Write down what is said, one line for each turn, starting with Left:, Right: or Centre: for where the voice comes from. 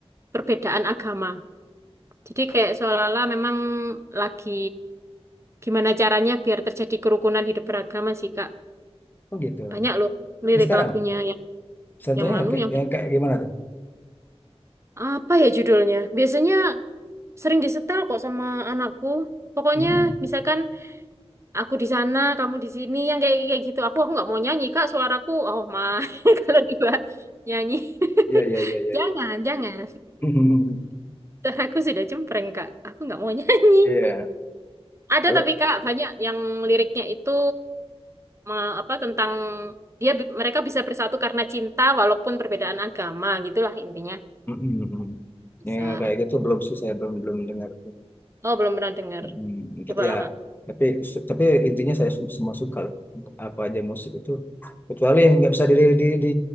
Right: perbedaan agama Jadi kayak seolah-olah memang lagi gimana caranya biar terjadi kerukunan hidup beragama sih, Kak.
Left: oh gitu
Right: Banyak loh lirik
Left: yang sekarang
Right: lagunya yang
Left: contohnya
Right: yang
Left: yang
Right: anu
Left: kayak
Right: yang
Left: yang kayak gimana tuh
Right: apa ya judulnya? Biasanya sering disetel kok sama anakku. Pokoknya
Left: Mm. <laughs>
Right: misalkan aku di sana, kamu di sini, yang kayak kayak gitu. Aku aku nggak mau nyanyi, Kak. Suaraku oh ma <laughs> kalau dibuat nyanyi.
Left: ya
Right: <laughs>
Left: ya ya ya
Right: Jangan,
Left: ya
Right: jangan.
Left: <laughs>
Right: Suaraku sudah cempreng, Kak. Aku nggak mau nyanyi.
Left: Iya,
Right: Ada
Left: kalau
Right: tapi Kak, banyak yang liriknya itu me- apa tentang dia bi- mereka bisa bersatu karena cinta walaupun perbedaan agama gitulah intinya
Left: Mm-mm, mm-mm.
Right: bisa
Left: Ya, kayak gitu belum sih saya belum belum dengar.
Right: oh belum pernah dengar
Left: Mm-mm.
Right: coba
Left: Ya,
Right: lah kak
Left: tapi tapi intinya saya sem- semua suka lah Untuk apa aja musik itu kecuali yang nggak bisa di, di, di,